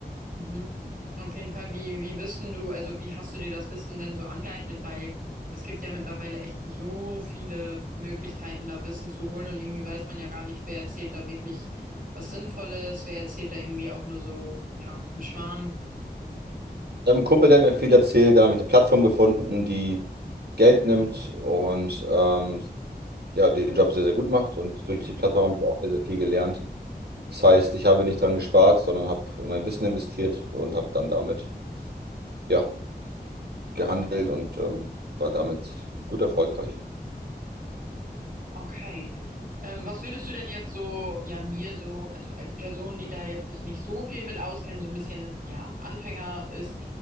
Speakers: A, on the right; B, on the right.
A: Mhm. Auf jeden Fall, wie, wie bist denn du, also wie hast du dir das Wissen denn so angeeignet? Weil es gibt ja mittlerweile echt so viele Möglichkeiten, da Wissen zu holen und irgendwie weiß man ja gar nicht, wer erzählt da wirklich was Sinnvolles, wer erzählt da irgendwie auch nur so, ja, einen Schmarrn.
B: Ich habe einen Kumpel, der hat mir viel erzählt, dann habe ich eine Plattform gefunden, die. Geld nimmt und ähm, ja, den Job sehr, sehr gut macht und durch die Plattform habe ich auch sehr, sehr viel gelernt. Das heißt, ich habe nicht dran gespart, sondern habe in mein Wissen investiert und habe dann damit ja, gehandelt und ähm, war damit gut erfolgreich.
A: Okay. Ähm, was würdest du denn jetzt so, ja, mir so, also als Person, die da jetzt sich nicht so viel mit auskennt, so ein bisschen, ja, Anfänger ist,